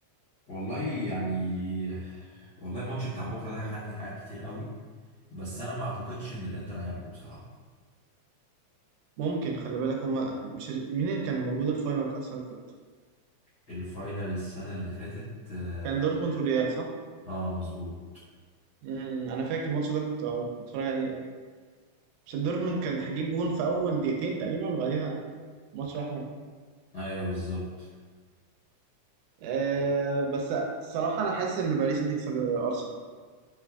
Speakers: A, on the left; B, on the right.
A: والله يعني والله الماتش بتاع بكره ده هيحدد حاجات كتير قوي بس انا ما اعتقدش ان الانتر هياخده بصراحة
B: ممكن خلي بالك هما مش مين اللي كان موجود الفاينل بتاع السنه اللي فاتت
A: الفاينل السنة اللي فاتت اه
B: كان دورتموند والريال صح؟
A: آه، مظبوط
B: امم انا فاكر الماتش ده كنت كنت بتفرج عليه مش دورتموند كانت هتجيب جون في اول دقيقتين تقريبا وبعديها ماتش احمر
A: ايوه بالظبط
B: أه بس الصراحه انا حاسس ان باريس هتكسب ارسنال